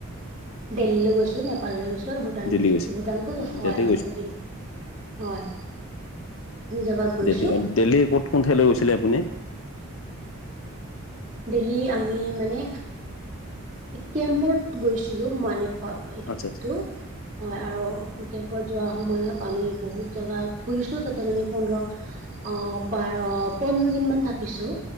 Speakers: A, on the right; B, on the left.
A: দেল্লি লৈ গৈছো নেপাল লৈ গৈছো। ৰ ভূটান
B: দিল্লী গৈছে
A: ভূটানটো হয়
B: দিল্লী
A: হয় মই দিন হয়। খিনি জেগাত গৈছো
B: দেল্লি দেল্লি ক'ত কোন ঠাই লৈ গৈছিলে আপুনি।
A: দেল্লি আমি মানে কেম্পত গৈছিলোঁ মানে। হয় এইটো
B: আচ্ছা আচ্ছা
A: হয় আৰু। কেম্পত যোৱাৰ সময়ত আমি বহুত জেগা ফুৰিছোঁ তাতে মানে পোন্ধৰ। অ বাৰ পোন্ধৰ দিনমান থাকিছোঁ।